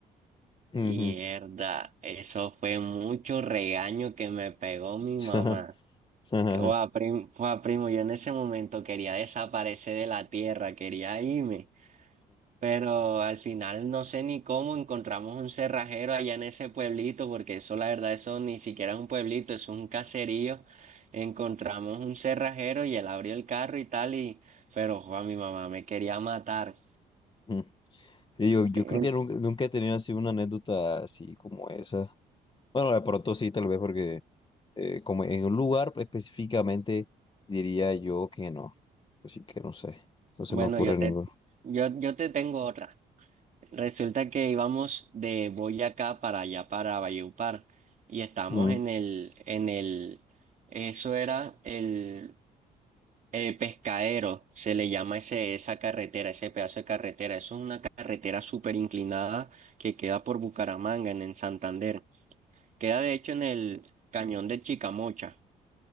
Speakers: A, on the left (about 30°); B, on the right (about 50°).
A: Ujú.
B: Y mierda, eso fue mucho regaño que me pegó mi
A: <laughs>
B: mamá.
A: Ajá.
B: Guau, prim- guau, primo, yo en ese momento quería desaparecer de la tierra, quería irme. Pero al final no sé ni cómo encontramos un cerrajero allá en ese pueblito, porque eso la verdad, eso ni siquiera es un pueblito, eso es un caserío. Encontramos un cerrajero y él abrió el carro y tal, y pero jo, a mi mamá me quería matar.
A: Mm. Sí, Yo, yo
B: Eh,
A: creo que nunca, nunca he tenido así una anécdota así como esa. Bueno, de pronto sí, tal vez porque eh, como en un lugar específicamente diría yo que no. Así que no sé, no se
B: Bueno,
A: me ocurre
B: yo te,
A: ninguno.
B: yo, yo te tengo otra. Resulta que íbamos de Boyacá para allá, para Valledupar, y estábamos
A: Mm,
B: en el, en el, eso era el Eh, Pescadero, se le llama ese, esa carretera, ese pedazo de carretera. Eso es una carretera súper inclinada que queda por Bucaramanga, en, en Santander. Queda de hecho en el cañón de Chicamocha.